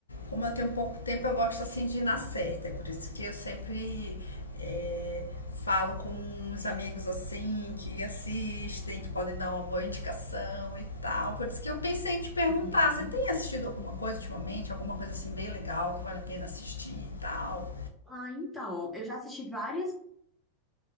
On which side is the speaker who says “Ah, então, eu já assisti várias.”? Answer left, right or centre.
Centre